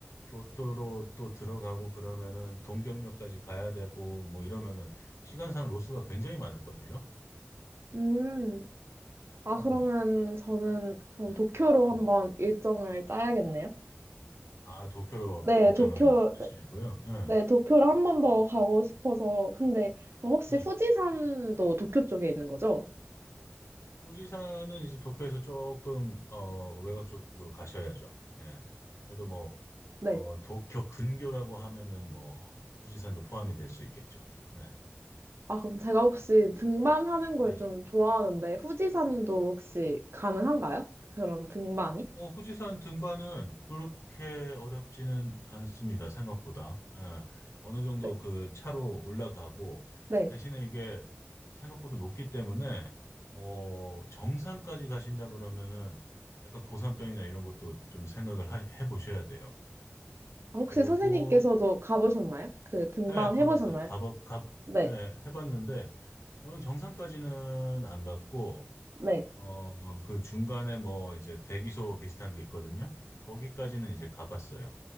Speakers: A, on the left; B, on the right.
A: 교토로 또 들어가고 그러면은 동경역까지 가야 되고 뭐 이러면은 시간상 로스가 굉장히 많을걸요.
B: 음. 아, 그러면
A: 음.
B: 저는
A: 네.
B: 그럼 도쿄로
A: 음.
B: 한번 일정을 짜야겠네요?
A: 아, 도쿄로
B: 네,
A: 일정을
B: 도쿄,
A: 짜시려고요?
B: 네,
A: 네.
B: 네, 도쿄를 한번 더 가고 싶어서. 근데 그럼 혹시
A: 네.
B: 후지산도 도쿄 쪽에 있는 거죠?
A: 부지사는 이제 도쿄에서 조금 어, 외곽 쪽으로 가셔야죠. 예. 그래도 뭐
B: 네.
A: 어, 도쿄 근교라고 하면은 뭐 후지산도 포함이 될 수 있겠죠. 네.
B: 아, 그럼 제가 혹시 등반하는
A: 네.
B: 걸 좀 좋아하는데, 후지산도 혹시 가능한가요? 그런 등반이?
A: 어, 후지산 등반은 그렇게 어렵지는 않습니다. 생각보다. 예. 어느 정도
B: 네.
A: 그 차로 올라가고
B: 네.
A: 대신에 이게 생각보다 높기 때문에 어, 정상까지 가신다 그러면은 약간 고산병이나 이런 것도 좀 생각을 하- 해보셔야 돼요.
B: 아, 혹시
A: 그러고
B: 선생님께서도 가보셨나요? 그 등반
A: 예, 가봤어요.
B: 해보셨나요?
A: 가봐 가
B: 네.
A: 예, 해봤는데 저는 정상까지는 안 갔고
B: 네.
A: 어, 그 중간에 뭐 이제 대기소 비슷한 게 있거든요. 거기까지는 이제 가봤어요.